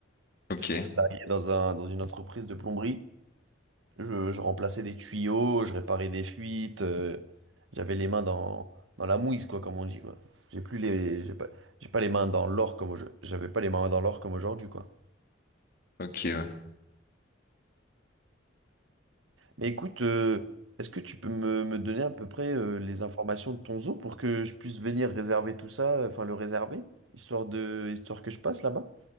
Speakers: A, on the left; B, on the right.
A: Ok,
B: j'étais salarié dans un, dans une entreprise de plomberie. Je, je remplaçais des tuyaux, je réparais des fuites. euh, j'avais les mains dans, dans la mouise, quoi, comme on dit, quoi. J'ai plus les, j'ai pas, j'ai pas les mains dans l'or comme au- j'avais pas les mains dans l'or comme aujourd'hui, quoi.
A: ok, ouais.
B: Mais écoute, euh, est-ce que tu peux me, me donner à peu près euh, les informations de ton zoo pour que je puisse venir réserver tout ça, euh, enfin le réserver, histoire de, histoire que je passe là-bas?